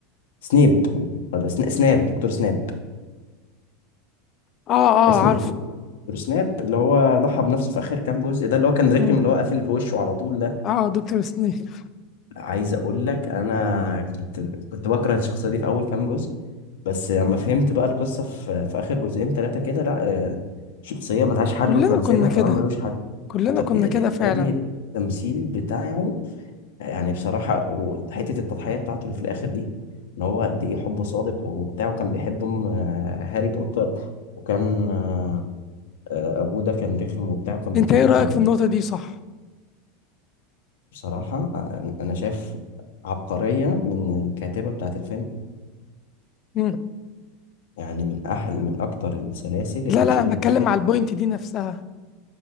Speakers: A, on the left; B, on the left.
A: سنيب ولا سن- سناب دكتور سناب
B: اه, آه
A: اسمه
B: عارف
A: دكتور دكتور سناب اللي هو ضحى بنفسه في اخر كام جزء ده اللي هو كان رخم
B: مم.
A: اللي هو قافل بوشه على طول ده
B: اه دكتور سنيك
A: عايز اقول لك انا كنت كنت بكره الشخصيه دي في اول كام جزء بس لما فهمت بقى القصه في, في اخر جزئين ثلاثه كده لا آه، شخصيه ملهاش حل
B: كلنا
A: وتمثيلها
B: كنا كده
A: كمان ملوش حل
B: كلنا
A: وت...
B: كنا
A: يا
B: كده فعلا
A: يا ابني التمثيل بتاعه يعني بصراحة وحتة التضحية بتاعته اللي في الآخر دي إن هو قد إيه حبه صادق وبتاع وكان بيحب أم آه، هاري بوتر وكان آه، آه، أبوه ده كان رخم وبتاع وكان
B: انت
A: بيتنمر
B: ايه رأيك
A: عليه
B: في النقطة دي صح
A: بصراحة آه، أنا شايف عبقرية من الكاتبة بتاعة الفيلم
B: مم.
A: يعني من أحل من أكتر السلاسل
B: لا
A: اللي تشد
B: لا أنا بتكلم
A: الواحد
B: على البوينت دي نفسها